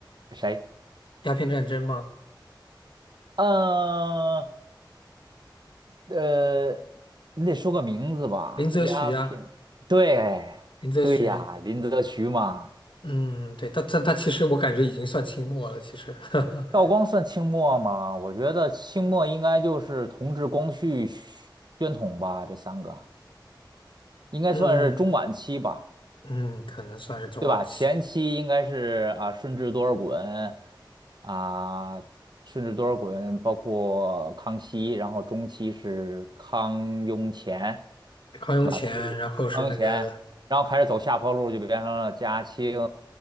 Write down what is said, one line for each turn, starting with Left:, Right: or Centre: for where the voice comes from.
Right: 谁？
Left: 鸦片战争嘛，
Right: 呃呃，你得说个名字吧。
Left: 林则徐呀、
Right: 鸦片，对
Left: 林则徐，
Right: 对呀，林则徐嘛。
Left: 嗯，对，他他他其实我感觉已经算清末了，其实，<laughs>
Right: 道光算清末吗？我觉得清末应该就是同治、光绪、宣统吧，这三个应该算是中晚期吧。
Left: 嗯嗯，可能算是中晚期。
Right: 对吧？前期应该是啊，顺治多尔衮啊，顺治多尔衮，包括康熙，然后中期是康雍乾，
Left: 康雍乾，
Right: 对吧？他是康雍乾，
Left: 然后是那个
Right: 然后开始走下坡路，就变成了嘉庆，